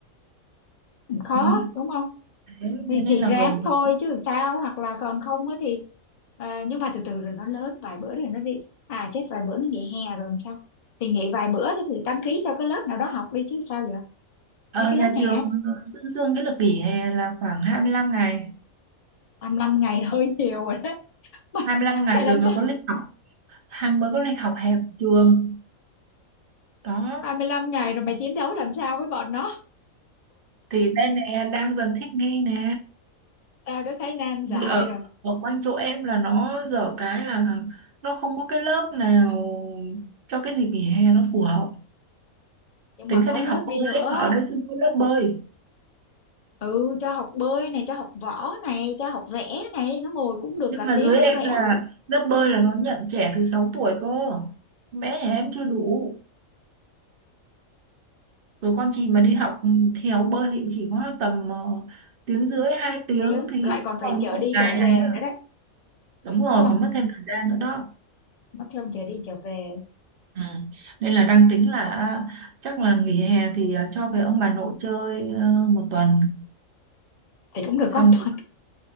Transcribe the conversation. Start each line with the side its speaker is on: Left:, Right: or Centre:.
Left: cũng khó
Right: Ừ.
Left: đúng không
Right: Thế
Left: thì
Right: thế nên
Left: thì
Right: là
Left: ráng
Right: gồng mình.
Left: thôi chứ làm sao hoặc là còn không á thì ờ, nhưng mà từ từ rồi nó lớn vài bữa rồi nó đi à chết vài bữa nó nghỉ hè rồi làm sao thì nghỉ vài bữa thì đăng ký cho cái lớp nào đó học đi chứ sao giờ
Right: Ờ,
Left: mấy cái
Right: nhà
Left: lớp hè
Right: trường dương dương cái lịch nghỉ hè là khoảng 25 ngày.
Left: 25 ngày <laughs> hơi nhiều rồi đấy mày,
Right: 25 ngày
Left: mày làm
Right: rồi mới
Left: sao
Right: có lịch học. hai mới có lịch học hè của trường. Đó.
Left: 25 ngày rồi mày chiến đấu làm sao với bọn nó
Right: Thì đây nè đang dần thích nghi nè.
Left: tao đã thấy nan giải
Right: vì ở
Left: rồi
Right: ở quanh chỗ em là nó dở cái là nó không có cái lớp nào cho cái dịp nghỉ hè nó phù hợp
Left: nhưng
Right: tính
Left: mà có
Right: ra đi
Left: lớp
Right: học bơi
Left: đi nữa
Right: em ở đây chưa có lớp bơi
Left: ừ cho học bơi này cho học võ này cho học vẽ này nó ngồi cũng được
Right: nhưng
Left: cả
Right: mà
Left: tiếng
Right: dưới em
Left: nó vẽ
Right: là
Left: đấy
Right: lớp bơi là nó nhận trẻ từ 6 tuổi cơ bé nhà em chưa đủ rồi con chị mà đi học theo bơi thì cũng chỉ có tầm ờ, tiếng rưỡi hai tiếng
Left: tiếng
Right: thì
Left: lại còn phải
Right: còn
Left: chở
Right: một
Left: đi
Right: ngày
Left: chở về
Right: này à.
Left: nữa đấy
Right: đúng rồi
Left: đúng không
Right: còn mất thêm thời gian nữa đó
Left: nó thêm chở đi chở về
Right: Ừ. Nên là đang tính là chắc là nghỉ hè thì ờ, cho về ông bà nội chơi ờ, một tuần
Left: thì cũng được
Right: xong
Left: con Thuận